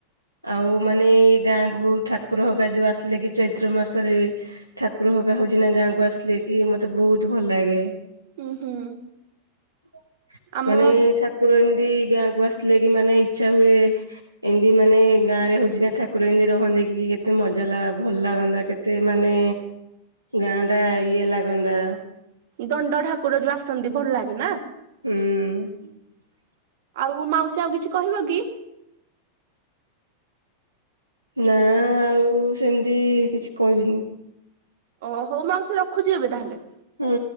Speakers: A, on the right; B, on the right.
A: ଆଉ ମାନେ ଗାଁ କ ଠାକୁର ହକା ଯୋଉ ଆସିଲେ କି ଚୈତ୍ର ମାସରେ ଠାକୁର ହକା ହଉଛି ନା ଗାଁ କ ଆସିଲେ କି ମତେ ବହୁତ ଭଲ ଲାଗେ।
B: ଉଁ ହୁଁ।
A: <inaudible>
B: ଆମ
A: ମାନେ ଠାକୁର ଏମତି ଗାଁ। କୁ ଆସିଲେ କି ମାନେ ଇ୍ଛା ହୁଏ ଏମିତି ମାନେ ଗାଁରେ ହଉଛି ନା ଠାକୁର ଏମିତି ରହନ୍ତି କି କେତେ ମଜା ଲାଗ। ଭଲ ଲାଗନ୍ତା କେତେ ମାନେ ଗାଁ ଟା ଇଏ ଲାଗନ୍ତା।
B: ଦଣ୍ଡ ଠାକୁର ଯୋଉ ଆସନ୍ତି ଭଲ ଲାଗେ ନା।
A: ହୁଁ।
B: ଆଉ ମାଉସୀ ଆଉ କିଛି କହିବ କି?
A: ନା ଆଉ ସେମିତି କିଛି କହିବିନି।
B: ଓ ହଉ ମାଉସି ରଖୁଛି ଏବେ ତାହେଲେ।
A: ହୁଁ।